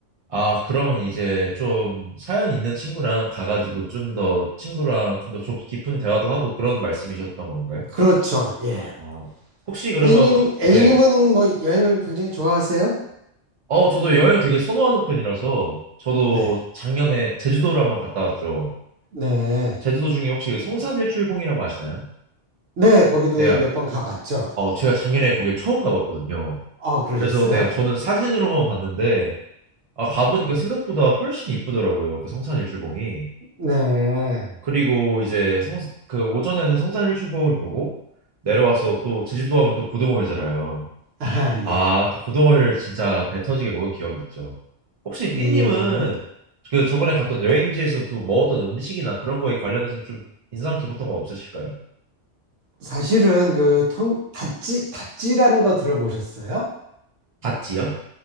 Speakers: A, on the right; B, on the right.
A: 아, 그러면 이제 좀 사연 있는 친구랑 가가지고 좀 더 친구랑 좀 더 깊은 대화도 하고 그런 말씀이셨던 건가요?
B: 그렇죠. 예.
A: 아, 혹시 그러면
B: B님,
A: 가-
B: A님은
A: 네.
B: 뭐 여행을 굉장히 좋아하세요?
A: 어, 저도 여행을 되게 선호하는 편이라서 저도
B: 네.
A: 작년에 제주도를 한번 갔다 왔죠.
B: 네.
A: 제주도 중에 혹시 성산일출봉이라고 아시나요?
B: 네, 거기도
A: 네,
B: 몇 번 가봤죠.
A: 어, 제가 작년에 거길 처음 가봤거든요.
B: 아, 그러셨어요?
A: 그래서 네, 저는 사진으로만 봤는데 아, 가보니까 생각보다 훨씬 이쁘더라고요. 그 성산일출봉이.
B: 네.
A: 그리고 이제 성, 그 오전에는 성산일출봉을 보고 내려와서 또 제주도 하면 또 고등어 회잖아요.
B: 아,
A: 아,
B: 예.
A: 또 고등어 회를 진짜 배 터지게 먹은 기억이 있죠. 혹시
B: 예.
A: 삐님은 그 저번에 갔던 여행지에서 도 먹었던 음식이나 그런 거에 관련해서 좀 인상 깊었던 거 없으실까요?
B: 사실은 그 통, 다찌, 다찌라는 거 들어보셨어요?
A: 닷지요?